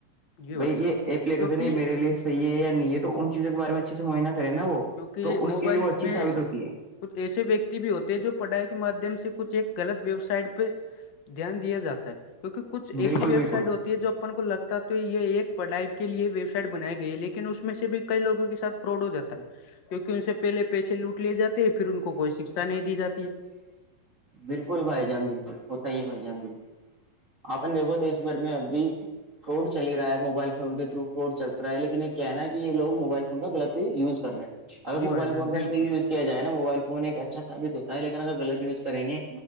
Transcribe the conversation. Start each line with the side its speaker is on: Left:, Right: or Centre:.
Left: جی
Right: بھائی
Left: جان
Right: یہ اپپلیکیشن
Left: کیونکہ
Right: ہے میرے لی صحیح ہے یا نہیں ہے تو ان چیزوں کے بارے میں اچھے سے معائنہ کرے نا وہ
Left: کیونکہ
Right: تو اس
Left: موبائل
Right: کے لیے وہ اچھی
Left: میں
Right: ثابت ہوتی ہے
Left: کچھ ایسے ویکتی بھی ہوتے جو پڑھائی کے مادھیم سے کچھ ایک غلط ویب سائٹ پہ دھیان دیا جاتا ہے کیکہ کچھ
Right: ہے
Left: ایسی
Right: بالکل
Left: ویب
Right: بالکل
Left: سائٹ ہوتی ہے جو اپن کو لگتا ہے تو یہ ایک پڑھائی کےے ویب سائٹ بنائے گی لیکن اس میں سے بھی کئی لوگوں کے سھ پروڈ ہو جاتا ہے کیونکہ ان سے پہلے پیسے لوٹ لیے جاتے ہیں پھر ان کوئی شکشا نہیں دی جاتی ہے
Right: بالکل بھائی جان بالکل ہوتا ہی ہے بھائی جان بالکل آپ نے دیکھو دیش بھر میں ابھی فراڈ چلی رہا ہے موبائل فون کے تھرو فراڈ چل رہا لیکن یہ کہنا ہے کہ یہ لو موبائل فون کا غلط یوز رہے ہیں اگر
Left: جی
Right: موبائل
Left: بھائی جان
Right: فون کاحیو
Left: بالکل
Right: کیا جائے نا موبائل فون ایک اچھا ثت ہوتا ہےیکن اگر غط یوز کریں گے